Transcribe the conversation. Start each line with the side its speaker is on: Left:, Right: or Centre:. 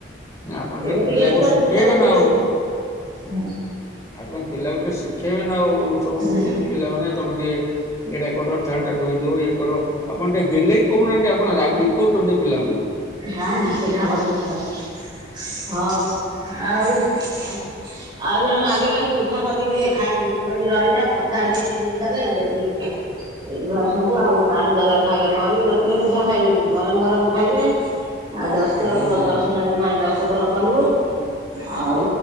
Left: ଆପଣ ଟିକେ
Right: ଏମିତିକା
Left: ପିଲାକୁ
Right: ଛୁଆ
Left: ଶିଖେଇବେ
Right: ଦୁନିଆରେ ମିଳିବେନି।
Left: ନା ଆଉ।
Right: ହୁଁ
Left: ଆପଣ ପିଲା କୁ ଟିକେ ଶିଖେଇବେ ନା ଆଉ ସବୁ
Right: ହୁଁ
Left: ପିଲାମାନେ ତମେ ଟିକେ ଏଇଟା କର ଥାର ଟା ଧୋଇ ଦଉ ଇଏ କର ଆପଣ ଟିକେ ଗେହ୍ଲେଇ କହୁନାହାନ୍ତି। ଆପଣ ରାଗିକି କହୁଛନ୍ତି ପିଲାଙ୍କୁ।
Right: ନାଇଁ ପିଠା କରୁଦେ ମୁଁ ଖାଇବି। ହଉ ଆଉ ଆଃ ଆଉ ଜଣେ ମାଗିଲାଣି ପିଠା କରିକି ଦେ। ଖାଇବି ମୁଁ କହିନି ରହିଥା କଥା ଟିକେ ହେଇସାରେ ଦେବି। ଏଇ ଭଳିଆ ସବୁ ଆଉ ଟାଇମ୍ ଦେବେ ଖାଇବା କରିକି ରଖିନେ ପିଠା ଖାଇବେନି ଗରମ ଗରମ ଖାଇ ଆଉ ଦଶ ଥର
Left: ନା
Right: କ
Left: ନା
Right: ଦଶ ଜଣଙ୍କ ପାଇଁ ଦଶ ଥର କରିବୁ ଆଉ